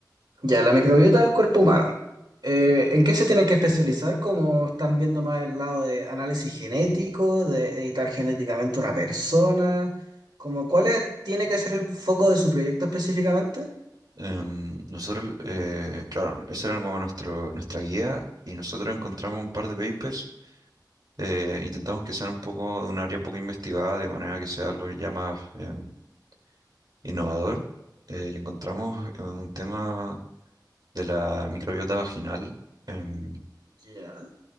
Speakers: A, on the right; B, on the right.
A: ya, la microbiota del cuerpo humano. Eh, ¿en qué se tiene que especializar? Como están viendo más el lado de análisis genético, de editar genéticamente una persona? Como, ¿cuál es- tiene que ser el foco de su proyecto específicamente?
B: Em, nosotros, eh, claro, esa era como nuestro, nuestra guía y nosotros encontramos un par de papers. eh, intentamos que sean un poco de un área poco investigada, de manera que sea algo ya más em, innovador. Eh, y encontramos eh, un tema de la microbiota vaginal, em,
A: Ya.